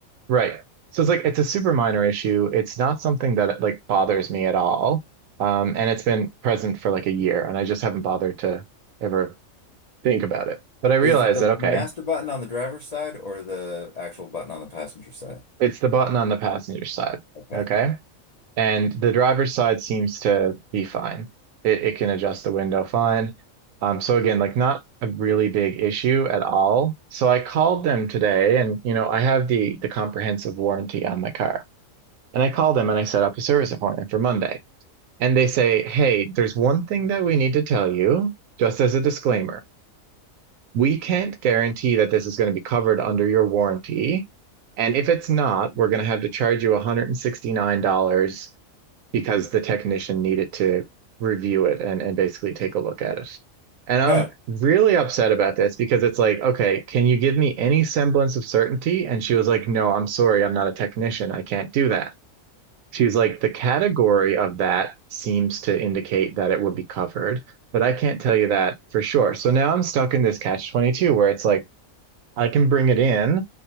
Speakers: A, on the right; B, on the left.
A: Right. So it's like it's a super minor issue. It's not something that like bothers me at all. Um, and it's been present for like a year, and I just haven't bothered to ever think about it. But I realized
B: Is it the
A: that
B: master
A: okay,
B: button on the driver's side or the actual button on the passenger side?
A: it's the button on the passenger side.
B: Okay.
A: Okay. And the driver's side seems to be fine. It it can adjust the window fine. Um, so again, like not a really big issue at all. So I called them today and you know, I have the the comprehensive warranty on my car. And I called them and I set up a service appointment for Monday. and they say, hey, there's one thing that we need to tell you, just as a disclaimer. We can't guarantee that this is going to be covered under your warranty. And if it's not, we're going to have to charge you $169 because the technician needed to review it and, and basically take a look at it. And I'm
B: Huh.
A: really upset about this because it's like, okay, can you give me any semblance of certainty? And she was like, no, I'm sorry, I'm not a technician. I can't do that. She was like, the category of that seems to indicate that it would be covered, but I can't tell you that for sure. So now I'm stuck in this catch 22 where it's like, I can bring it in,